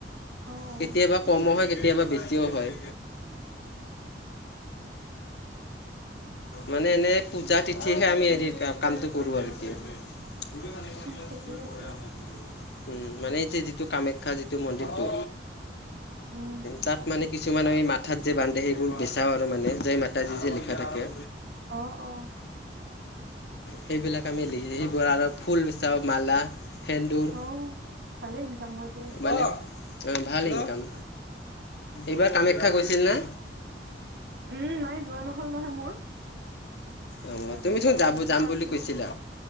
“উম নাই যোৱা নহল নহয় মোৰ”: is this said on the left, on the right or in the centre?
Right